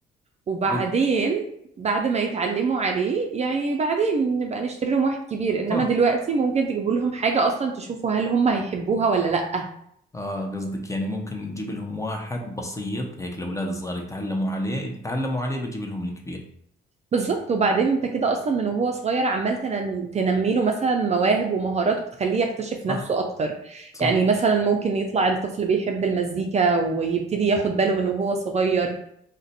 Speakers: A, on the right; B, on the left.
A: وبعدين
B: بس
A: بعد ما يتعلموا عليه يعني بعدين نبقى نشتري لهم واحد كبير انما
B: صح
A: دلوقتي ممكن تجيبوا لهم حاجة اصلا تشوفوا هل هم هيحبوها ولا لأ
B: اه قصدك يعني ممكن تجيب لهم واحد بسيط هيك الاولاد الصغار يتعلموا عليه اذا تعلموا عليه بتجيب لهم الكبير
A: بالظبط وبعدين انت كده اصلا من وهو صغير عمال تنن- تنمي له مثلا مواهب ومهارات وبتخليه يكتشف
B: صح
A: نفسه اكتر
B: صح
A: يعني مثلا ممكن يطلع الطفل بيحب المزيكا ويبتدي ياخد باله من وهو صغير